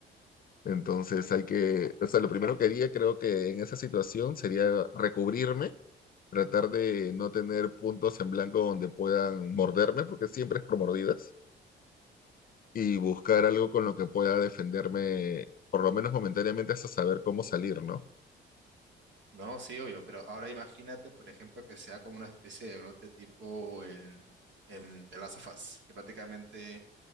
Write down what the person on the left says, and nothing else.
Entonces
hay que, o sea, lo primero que haría creo que en esa situación sería recubrirme, tratar de no tener puntos en blanco donde puedan morderme, porque siempre es por mordidas, y buscar
algo con lo que pueda defenderme, por lo menos momentáneamente, hasta saber cómo salir, ¿no?